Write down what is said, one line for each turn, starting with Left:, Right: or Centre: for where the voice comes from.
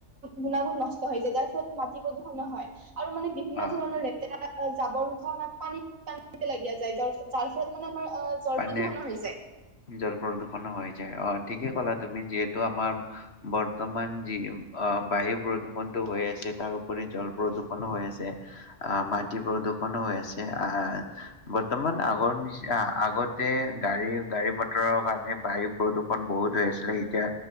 Right: গুণাগুণ নষ্ট হৈ যায়, যাৰ ফলত মাটি প্ৰদূষণ নহয়, আৰু মানে বিভিন্ন
Left: অ
Right: ধৰণৰ লেতেৰা অ', জাবৰ-জোথৰ আমাৰ পানীত, পানীতে পেলায় দিয়া যায়, যাৰ ফলত ফলত মানে আমাৰ অ'। জল
Left: পানীয়ে,
Right: প্ৰদূষণো হৈ যায়
Left: জল প্ৰদূষণো হৈ যায়, অ', ঠিকেই ক'লা তুমি যিহেতু আমাৰ বৰ্তমান যি আহ বায়ু প্ৰদূষণটো হৈ আছে তাৰোপৰি জল প্ৰদূষণো হৈ আছে। আহ মাটি প্ৰদূষণো হৈ আছে আহ বৰ্তমান আগৰ নিচি আগতে গাড়ী গাড়ী মটৰৰ কাৰণে বায়ু প্ৰদূৰষণ বহুত হৈ আছিলে, এতিয়া